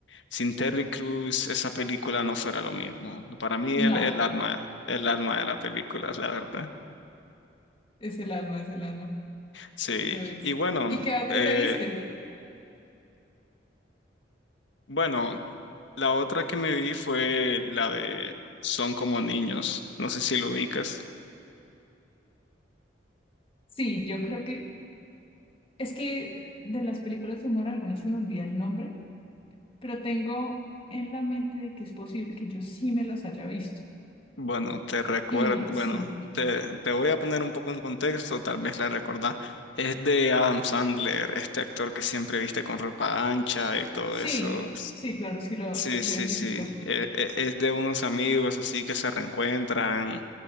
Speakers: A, on the left (about 80°); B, on the left (about 30°).
A: sin Terry Crews, esa película no fuera lo mismo. Para mí,
B: no,
A: el, el alma, el alma de la película, la verdad.
B: es el alma, es el alma,
A: Sí.
B: lo es.
A: Y bueno.
B: ¿Y qué otro
A: eh,
B: te viste?
A: Bueno, la otra que me vi fue la de Son como niños. No sé si lo ubicas.
B: Sí, yo creo que Es que de las películas de humor algunas se me olvida el nombre, pero tengo en la mente de que es posible que yo sí me las haya visto.
A: Bueno, te recuerdo,
B: Y
A: bueno,
B: sí,
A: te, te voy a poner un poco en contexto, tal vez la recordás. Es de Adam Sandler, este actor que siempre viste con ropa ancha y todo
B: sí,
A: eso.
B: sí, claro, sí lo,
A: Sí,
B: sí
A: sí,
B: lo identifico.
A: sí. E- e- Es, de unos amigos así que se reencuentran